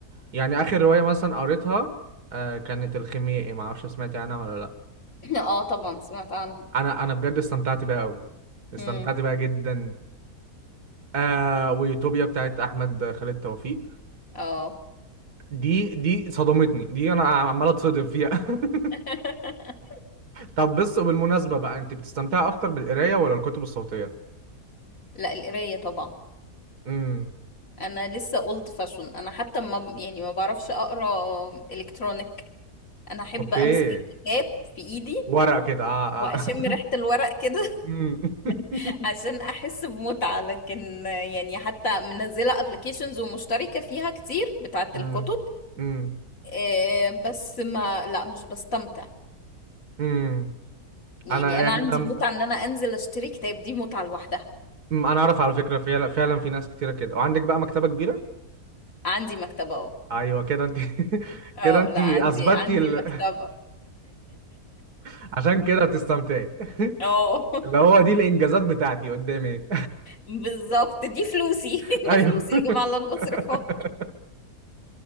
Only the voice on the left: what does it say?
<clears throat> اه طبعا سمعت عنها
امم
اه
<laughs>
لا القراية طبعا
انا لسه اولد فاشون انا حتى ما يعني ما بعرفش اقرا الكترونيك انا احب
امسك الكتاب في ايدي
واشم
ريحة الورق كده
<laughs> عشان احس بمتعة لكن يعني حتى منزلة ابلكيشنز ومشتركة فيها كتير بتاعة
الكتب
آه، بس ما لا مش بستمتع
يعني
انا عندي
متعة ان انا انزل اشتري كتاب دي متعة لوحدها
عندي مكتبة اهو
اه
لا
عندي عندي
مكتبة
<laughs> اه
بالظبط دي فلوسي <laughs>
دي فلوسي يا جماعة اللي انا
بصرفها